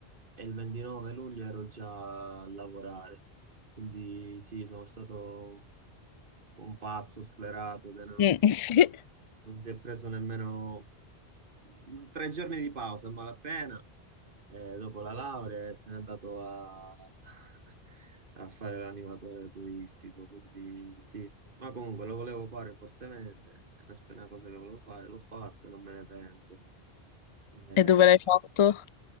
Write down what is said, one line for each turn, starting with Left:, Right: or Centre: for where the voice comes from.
Right: e il 29 luglio ero già a lavorare. Quindi sì, sono stato un pazzo sclerato che non
Left: Mm, <laughs> sì.
Right: non si è preso nemmeno mh, tre giorni di pausa a malapena, eh, dopo la laurea, e se n'è andato a, <laughs> a fare l'animatore turistico. Quindi sì, ma comunque lo volevo fare fortemente, è una, sp- una cosa che volevo fare, l'ho fatta, non me ne pento. Eh,
Left: E dove l'hai fatto?